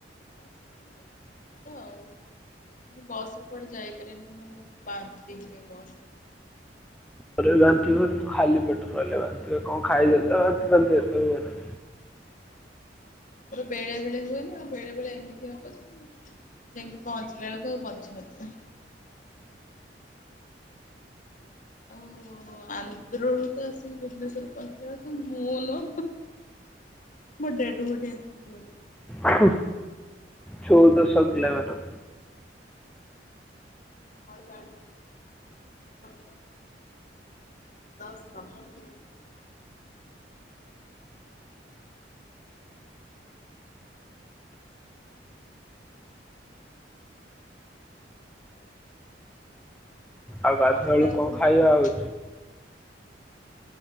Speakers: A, on the left (about 45°); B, in the centre.
A: ବସ୍ ରେ ବି ଭଲ ଆଉ। ମୁଁ ବସ୍ ରେ କୁଆଡ଼େ ଯାଇପାରେନି, ମୋର ବାନ୍ତି ହୁଏ ବସ୍ ରେ।
B: ମୋର ବି ବାନ୍ତି ହୁଏ କିନ୍ତୁ ଖାଲି ପେଟରେ ରହିଲେ ବାନ୍ତି ହୁଏ। କଣ ଖାଇଦେଲେ ବାନ୍ନ୍ତି ଫାନ୍ନ୍ତି ଏତେ ହୁଏନା।
A: ମୋର ବେଳେ ବେଳେ ହୁଏନା, ଆଉ ବେଳେ ବେଳେ ଏମିତି ହବ ଯେ ଯାଇକି ପହଞ୍ଚିଲା ବେଳକୁ ଆଉ ବଞ୍ଚି ନଥିବ। ଆଉ ଆନ୍ଧ୍ରରୁ ତ ଆସି ଭୁବନେଶ୍ୱର ପହଞ୍ଚିଲା ବେଳକୁ ମୁଁ ନ ମୋ ଡେଡ୍ ବଡି ଆସିକି ପହଞ୍ଚିବ।
B: ହଁ। ଚଉଦଶହ କିଲୋମିଟର।
A: <unintelligible> ଚାଳିଶ କିଲୋମଟର୍ <inaudible> <inaudible>
B: ଆଉ ଗାଧୁଆବେଳକୁ
A: ବର୍ଷା ହଉଛି
B: କଣ
A: ନା
B: ଖାଇବା
A: ସେପଟେ?
B: ହୁଏ?